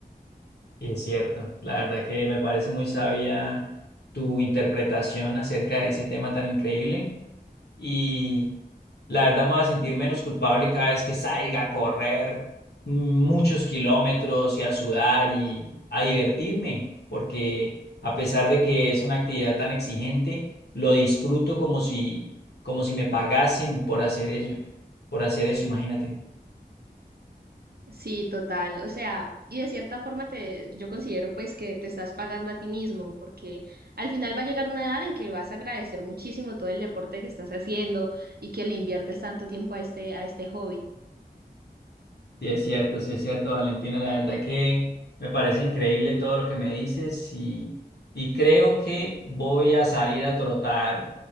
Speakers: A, on the left; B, on the right.
A: Sí, es cierto. La verdad que me parece muy sabia tu interpretación acerca de ese tema tan increíble. y la verdad me voy a sentir menos culpable cada vez que salga a correr muchos kilómetros y a sudar y a divertirme, porque a pesar de que es una actividad tan exigente, lo disfruto como si, como si me pagasen por hacer ello, por hacer eso, imagínate.
B: Sí, total. O sea, y de cierta forma te, yo considero pues que te estás pagando a ti mismo porque al final va a llegar una edad en que vas a agradecer muchísimo todo el deporte que estás haciendo y que le inviertes tanto tiempo a este, a este hobby.
A: Sí, es cierto, sí es cierto, Valentina. La verdad que me parece increíble todo lo que me dices y, y creo que voy a salir a trotar